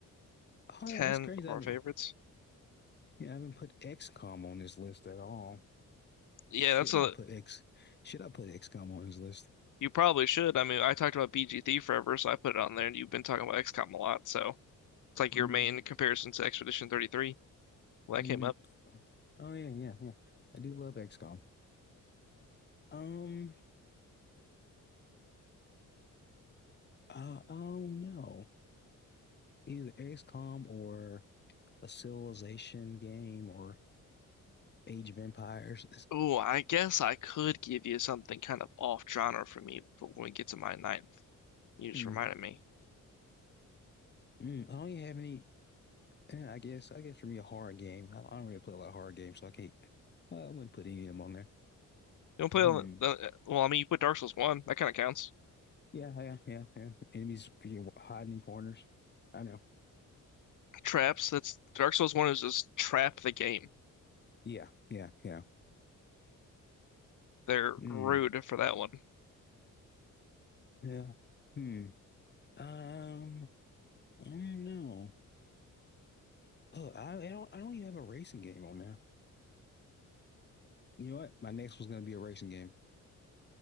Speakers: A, on the left; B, on the left.
A: Oh,
B: Ten
A: that's crazy.
B: of our
A: I haven't.
B: favorites.
A: Yeah, I haven't put XCOM on this list at all.
B: Yeah,
A: Should
B: that's a.
A: I put X? Should I put XCOM on this list?
B: You probably should. I mean, I talked about BG BGT forever, so I put it on there, and you've been talking about XCOM a lot, so it's like
A: mm
B: your main comparison to Expedition 33. Well, that
A: mm.
B: came up.
A: Oh yeah, yeah, yeah. I do love XCOM. Um, uh, I don't know. either XCOM or a Civilization game or Age of Empires. It's-
B: Oh, I guess I could give you something kind of off genre for me for when we get to my ninth. You just
A: mm,
B: reminded me.
A: mm, I don't even have any. eh, I guess I guess for me a horror game. I, I don't really play a lot of horror games, so I can't. I wouldn't put any of them on there.
B: You don't play
A: Hmm.
B: on the, well, I mean, you put Dark Souls 1, that kind of counts.
A: Yeah, yeah, yeah, yeah. Enemies freaking hiding in corners. I know.
B: Traps, that's Dark Souls 1 is just trap the game.
A: Yeah, yeah, yeah.
B: They're
A: Hmm.
B: rude for that one.
A: Yeah. Hmm. Um. I don't know. Oh, I, I don't. I don't even have a racing game on there. You know what? My next was gonna be a racing game.